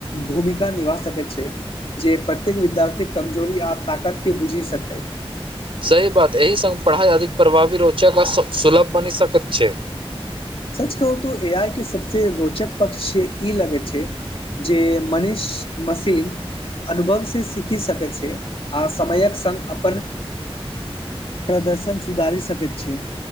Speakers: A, on the left; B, on the right.
A: भूमिका निभा सके छै जे प्रत्येक विद्यार्थी के कमजोरी आओर ताकत के बुझि सकते
B: सही बात एहि सङ्ग पढ़ाइ अधिक प्रभावी रोचक आ सुलभ बनि सकैत छै
A: सच कहू तो ए आइ के सबस रोचक पक्ष ई लगै छै जे मनीष मशीन अनुभव से सीखि सकैत छै आ समयक संग अपन प्रदर्शन सुधारी सकैत छै